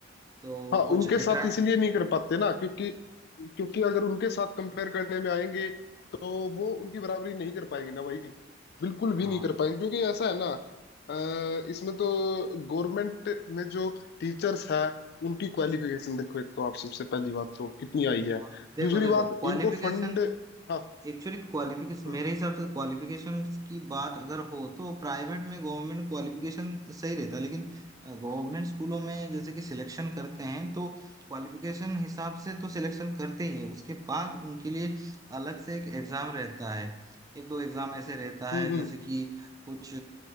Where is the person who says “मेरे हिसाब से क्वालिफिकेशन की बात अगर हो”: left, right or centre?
Right